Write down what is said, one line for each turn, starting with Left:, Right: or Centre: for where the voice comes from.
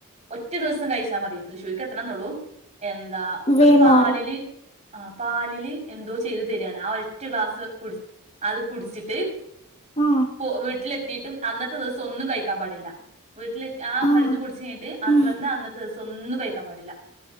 Right: ഒറ്റ ദിവസം കഴിച്ചാൽ മതി തൃശൂർക്ക് എത്ത ണം എന്നള്ളൂ എന്താ
Left: വേം
Right: ഒരു പാലില്
Left: മാറും
Right: ആ പാലില് എന്തോ ചെയ്ത് തരിയാണ് ആ ഒറ്റ ഗ്ലാസ് കുടി അത് കുടിച്ചിട്ട്
Left: ആഹ്
Right: പോ വീട്ടിലെത്തിട്ടും അന്നത്തെ ദിവസം ഒന്നും കഴിക്കാൻ പാടില്ല വീട്ടിലെത്തി ആ
Left: ആഹ്
Right: മരുന്ന് കുടിച്ച് കഴിഞ്ഞിട്ട്
Left: ഉം